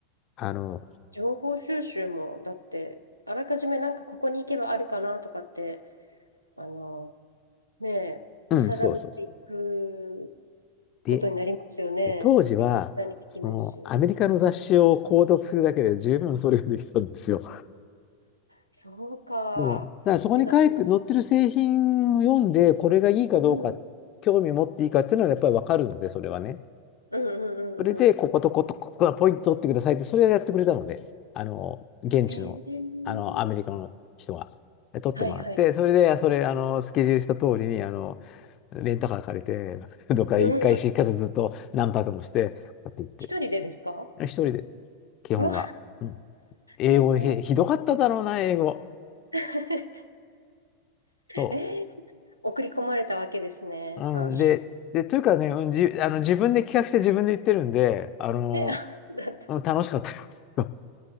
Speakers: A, on the left; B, on the left.
A: あの、
B: 情報収集も、だって、あらかじめなんかここに行けばあるかなとかって、あの、ねえ、見定めていく
A: うん、そうそうそう。で、
B: ことになりますよね。
A: で当時は、
B: 絶対にできないし。
A: その、アメリカの雑誌を購読するだけで十分それができたんですよ。
B: そうか。
A: そう。
B: 察しがありました。
A: だからそこに書いて載ってる製品を読んで、これがいいかどうか、
B: うん。
A: 興味を持っていいかっていうのはやっぱりわかるので、それはね。
B: うんうんうんうん。
A: それで、こことことここがポイント取ってくださいって、それをやってくれたので、あの、現地の、
B: えー
A: あの、アメリカの人が。で取ってもらって、
B: はいはい。
A: それで、それ、あの、スケジュールした通りに、あの、レンタカー借りて、<laughs> どっか一回しかずずっと何泊もして、
B: うん。
A: こうやって行ってって。
B: 一人でですか
A: 一人で、基本は。
B: うわ、
A: うん。英語ひ、
B: いやー
A: ひどかっただろうな、英語。
B: <laughs>
A: そう。
B: えー送り込まれたわけですね、
A: うん、
B: 3週。
A: で、で、というかね、うん、じ、あの、自分で企画して自分で言ってるんで、あの、
B: で、あ、そうだった。
A: うん、楽しかったよ。<laughs>